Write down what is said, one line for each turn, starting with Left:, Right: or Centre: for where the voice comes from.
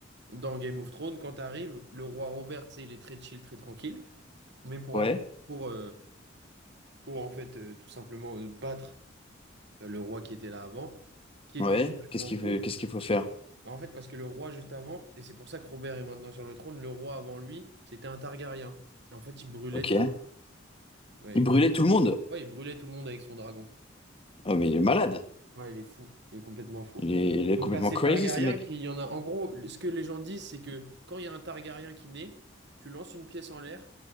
Right: Dans Game of Thrones, quand t'arrives, le roi Robert, tu sais, il est très chill, très tranquille. Mais pour
Left: Ouais.
Right: avoir, pour, euh, pour en fait, euh, tout simplement euh, battre euh, le roi qui était là avant, qui était
Left: Ouais,
Right: complètement
Left: qu'est-ce qu'il
Right: fou.
Left: faut, qu'est-ce qu'il faut faire?
Right: Bah, En fait, parce que le roi juste avant, et c'est pour ça que Robert est maintenant sur le trône, le roi avant lui, c'était un Targaryen. En fait, il brûlait
Left: Ok.
Right: tout le monde. Ouais,
Left: Il
Right: il
Left: brûlait
Right: brûlait,
Left: tout le monde.
Right: ouais, il brûlait tout le monde avec son dragon.
Left: Oh, mais il est malade.
Right: Ouais, il est fou. Il est complètement fou.
Left: Il est, il est
Right: Donc,
Left: complètement
Right: t'as ces
Left: crazy,
Right: Targaryens
Left: ce mec.
Right: qui, il y en a. En gros, ce que les gens disent, c'est que quand il y a un Targaryen qui naît, tu lances une pièce en l'air,